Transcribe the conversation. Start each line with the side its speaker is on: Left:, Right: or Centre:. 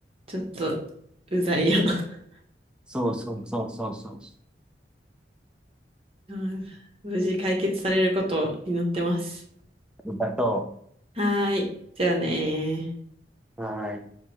Right: ちょっと、うざいよな。<laughs>
Centre: そうそうそうそうそう。
Right: うん、無事解決されることを祈ってます。
Centre: だと、
Right: はーい。じゃあねー。
Centre: はーい。